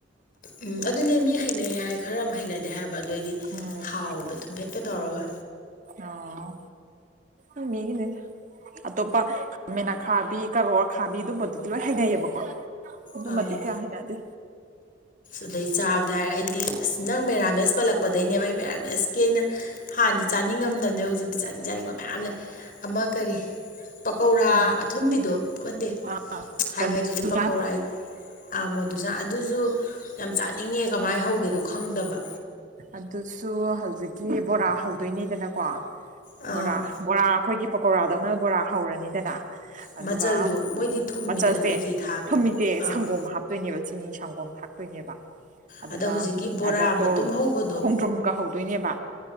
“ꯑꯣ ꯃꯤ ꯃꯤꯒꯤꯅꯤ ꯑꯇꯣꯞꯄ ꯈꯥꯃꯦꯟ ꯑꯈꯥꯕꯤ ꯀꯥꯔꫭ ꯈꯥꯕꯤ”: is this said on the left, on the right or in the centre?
Right